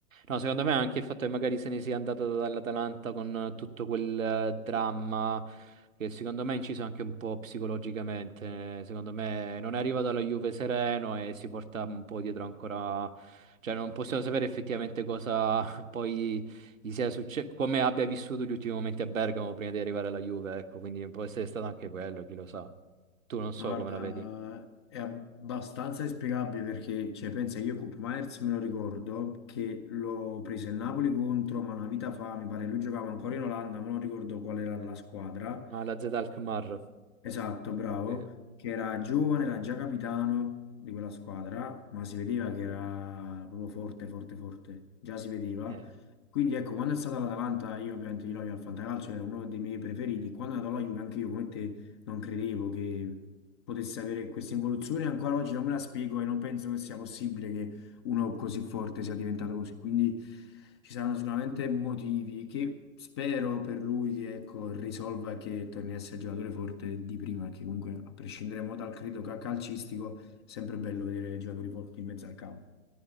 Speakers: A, on the right; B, on the left.
A: No, secondo me anche il fatto che magari se ne sia andato dall'Atalanta con eh, tutto quel eh, dramma che secondo me ha inciso anche un po' psicologicamente, eh, secondo me non è arrivato alla Juve sereno e si porta un po' dietro ancora, cioè non possiamo sapere effettivamente cosa <laughs> poi gli sia successo, come abbia vissuto gli ultimi momenti a Bergamo prima di arrivare alla Juve, ecco, quindi può essere stato anche quello, chi lo sa. Tu non so
B: Ma Guarda,
A: come la vedi.
B: è abbastanza inspiegabile perché, cioè, pensa, io Koop Meiners me lo ricordo che l'ho preso il Napoli contro, ma una vita fa, mi pare lui giocava ancora in Olanda, ma non ricordo qual era la squadra.
A: Ah, la Z Alkmaar.
B: Esatto, bravo,
A: Sì.
B: che era giovane, era già capitano di quella squadra, ma si vedeva che era proprio forte, forte, forte, già si vedeva.
A: Eh.
B: Quindi ecco, quando è stata l'Atalanta, io ovviamente io lo avevo al Fantacalcio, era uno dei miei preferiti. Quando è andato alla Juve, anche io come te non credevo che potesse avere questa involuzione, ancora oggi non me la spiego e non penso che sia possibile uno così forte sia diventato così. Quindi ci saranno sicuramente motivi che spero per lui che ecco, risolva e che torni a essere il giocatore forte di prima, perché comunque a prescindere mo dal credo ca- calcistico, è sempre bello vedere giocatori forti in mezzo al campo.